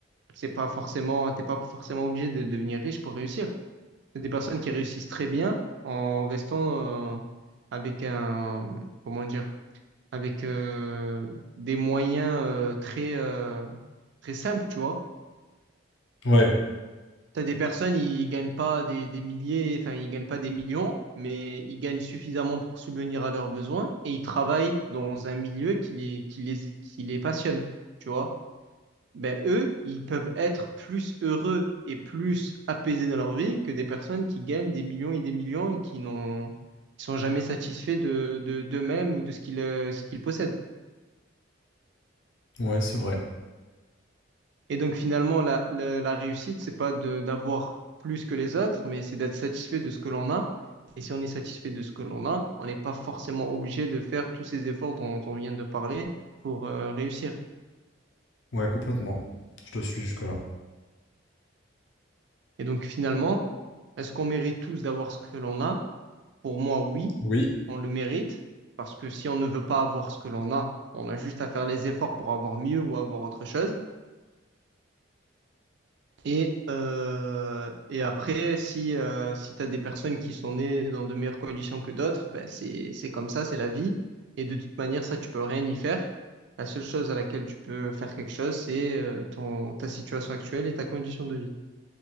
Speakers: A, on the right (about 55°); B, on the left (about 60°).
A: C'est pas forcément, t'es pas forcément obligé de devenir riche pour réussir. C'est des personnes qui réussissent très bien en restant euh, avec un, comment dire, avec euh, des moyens euh, très, euh, très simples, tu vois.
B: ouais,
A: T'as des personnes, ils gagnent pas des, des milliers, enfin, ils gagnent pas des millions, mais ils gagnent suffisamment pour subvenir à leurs besoins et ils travaillent dans un milieu qui les, qui les, qui les passionne, tu vois. Ben, eux, ils peuvent être plus heureux et plus apaisés dans leur vie que des personnes qui gagnent des millions et des millions et qui n'ont, qui sont jamais satisfaits de, de, d'eux-mêmes ou de ce qu'ils, euh, ce qu'ils possèdent.
B: ouais, c'est vrai.
A: Et donc finalement, la, la, la réussite, c'est pas de d'avoir plus que les autres, mais c'est d'être satisfait de ce que l'on a. Et si on est satisfait de ce que l'on a, on n'est pas forcément obligé de faire tous ces efforts dont on vient de parler pour euh, réussir.
B: Ouais, complètement. Je te suis jusque-là.
A: Et donc finalement, est-ce qu'on mérite tous d'avoir ce que l'on a? Pour moi, oui,
B: Oui.
A: on le mérite, parce que si on ne veut pas avoir ce que l'on a, on a juste à faire les efforts pour avoir mieux ou avoir autre chose. Et, euh, et après, si, euh, si tu as des personnes qui sont nées dans de meilleures conditions que d'autres, ben c'est, c'est comme ça, c'est la vie. Et de toute manière, ça, tu peux rien y faire. La seule chose à laquelle tu peux faire quelque chose, c'est euh, ton, ta situation actuelle et ta condition de vie.